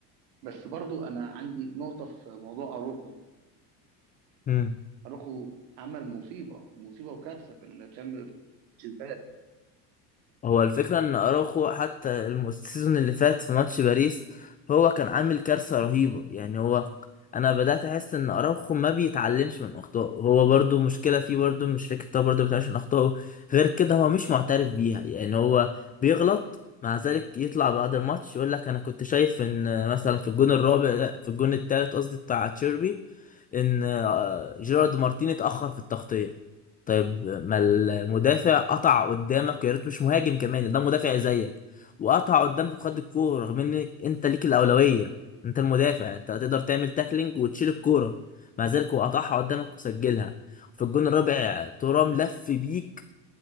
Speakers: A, on the right (about 75°); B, on the left (about 20°).
A: بس برضو انا عندي نقطه في موضوع اروخو
B: آه.
A: اروخو عمل مصيبه مصيبه وكارثه في الشامبيونز ليج
B: هو الفكرة ان اراوخو حتى الم- السيزون اللي فات في ماتش باريس هو كان عامل كارثة رهيبة يعني هو انا بدأت احس ان اراوخو ما بيتعلمش من اخطائه هو برضو مشكلة فيه برضو مش فكرة هو برضو ما بيتعلمش من اخطائه غير كده هو مش معترف بيها يعني هو بيغلط مع ذلك يطلع بعد الماتش يقول لك انا كنت شايف ان مثلا في الجون الرابع لا، في الجون التالت قصدي بتاع تشيربي ان آه، جيرارد مارتين اتأخر في التغطية طيب ما المدافع قطع قدامك يا ريت مش مهاجم كمان ده مدافع زيك وقطع قدامك وخد الكوره رغم ان انت ليك الاولويه انت المدافع انت هتقدر تعمل تاكلينج وتشيل الكوره مع ذلك هو قطعها قدامك وسجلها في الجون الرابع ترام لف بيك